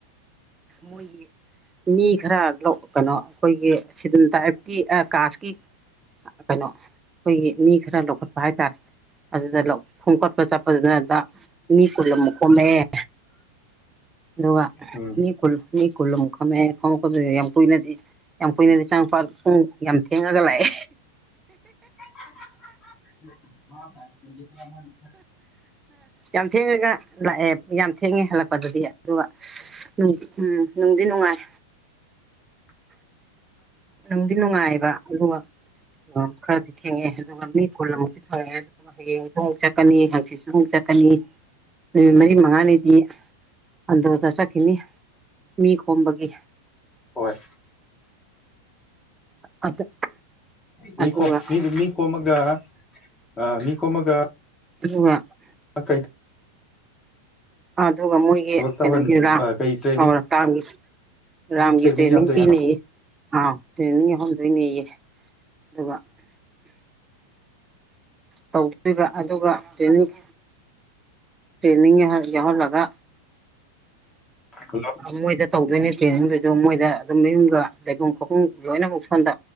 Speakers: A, on the right (about 15°); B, on the left (about 15°).
A: ꯃꯣꯏꯒꯤ ꯃꯤ ꯈꯔꯥ ꯀꯩꯅꯣ ꯑꯩꯈꯣꯏꯒꯤ ꯁꯦꯗꯨꯜ ꯇꯥꯏꯞꯀꯤ ꯀꯥꯁꯀꯤ ꯀꯩꯅꯣ ꯑꯩꯈꯣꯏꯒꯤ ꯃꯤ ꯈꯔ ꯂꯧꯈꯠꯄ ꯍꯥꯏꯇꯥꯔꯦ ꯑꯗꯨꯗ ꯂꯧ ꯈꯣꯝꯀꯠꯄ ꯆꯠꯄꯗꯨꯗ ꯗ ꯃꯤ ꯀꯨꯟ ꯑꯃꯨꯛ ꯈꯣꯝꯃꯛꯑꯦ ꯑꯗꯨꯒ
B: ꯎꯝ
A: ꯃꯤ ꯀꯨꯜ ꯃꯤ ꯀꯜꯂꯨ ꯑꯃꯨꯛ <unintelligible> ꯌꯥꯝ ꯀꯨꯏꯅꯗꯤ ꯌꯥꯝ ꯀꯨꯏꯅꯗꯤ ꯆꯥꯡꯄꯥꯠ ꯄꯨꯡ ꯌꯥꯝ ꯊꯦꯡꯉꯒ ꯂꯥꯛꯑꯦ
B: <inaudible>
A: ꯌꯥꯝ ꯊꯦꯡꯉꯒ ꯂꯥꯛꯑꯦ ꯌꯥꯝ ꯊꯦꯡꯉꯦ ꯍꯜꯂꯛꯄꯗꯗꯤ ꯑꯗꯨꯒ <unintelligible> ꯎꯝ ꯅꯨꯡꯗꯤ ꯅꯨꯡꯉꯥꯏ
B: <inaudible>
A: ꯅꯨꯡꯗꯤ ꯅꯨꯡꯉꯥꯏꯕ ꯑꯗꯨꯒ ꯑꯥ ꯈꯔꯗꯤ ꯊꯦꯡꯉꯑꯦ ꯑꯗꯨꯒ ꯃꯤ ꯀꯨꯜꯑꯃꯨꯛꯇꯤ ꯐꯪꯉꯛꯑꯦ ꯑꯗꯨꯒ ꯍꯌꯦꯡꯁꯨ ꯑꯃꯨꯛ ꯆꯠ ꯆꯠꯀꯅꯤ ꯍꯥꯡꯆꯤꯠꯁꯨ ꯑꯃꯨꯛ ꯆꯠꯀꯅꯤ ꯅꯨꯃꯤꯠ ꯃꯔꯤ ꯃꯉꯥꯅꯤꯗꯤ ꯑꯟꯗ꯭ꯔꯣꯗ ꯆꯠꯈꯤꯅꯤ ꯃꯤ ꯈꯣꯝꯕꯒꯤ
B: ꯍꯣꯏ
A: ꯑꯗꯨ
B: ꯃꯤꯈꯣꯝ
A: ꯑꯗꯨꯒ
B: ꯃꯤꯗꯣ ꯃꯤ ꯈꯣꯝꯃꯒ ꯑ ꯃꯤ ꯈꯣꯝꯃꯒ
A: ꯑꯗꯨꯒ
B: ꯑ ꯀꯩ
A: ꯑꯗꯨꯒ ꯃꯣꯏꯒꯤ
B: ꯊꯕꯛ ꯇꯧꯍꯟ
A: ꯀꯩꯅꯣꯒꯤ ꯔꯥ
B: ꯑꯥ ꯀꯩ ꯇ꯭ꯔꯦꯅꯤꯡꯒꯤ
A: ꯑꯧꯔꯇꯥꯥꯡꯒꯤ <unintelligible> ꯔꯥꯝꯒꯤ
B: ꯇ꯭ꯔꯦꯅꯤꯡ
A: ꯇꯦꯅꯤꯡ
B: ꯌꯥꯝ ꯇꯧꯋꯤ
A: ꯄꯤꯅꯦꯌꯦ
B: ꯍꯥꯏꯕ
A: ꯑꯥꯎ ꯇ꯭ꯔꯦꯅꯤꯡ ꯌꯥꯎꯍꯟꯗꯣꯏꯅꯦꯌꯦ ꯑꯗꯨꯒ ꯇꯧꯗꯣꯏꯕ ꯑꯗꯨꯒ ꯇ꯭ꯔꯦꯅꯤꯡ ꯇ꯭ꯔꯦꯅꯤꯡ ꯌꯥꯎ ꯌꯥꯎꯍꯜꯂꯒ
B: ꯍꯜꯂꯣ
A: ꯃꯣꯏꯗ ꯇꯧꯗꯣꯏꯅꯦ ꯇ꯭ꯔꯦꯅꯤꯡꯗꯨꯁꯨ ꯃꯣꯏꯗ ꯑꯗꯨꯝ ꯃꯌꯨꯝꯒ ꯂꯩꯐꯝ ꯈꯣꯐꯝ ꯂꯣꯏꯅꯃꯛ ꯁꯣꯟꯗ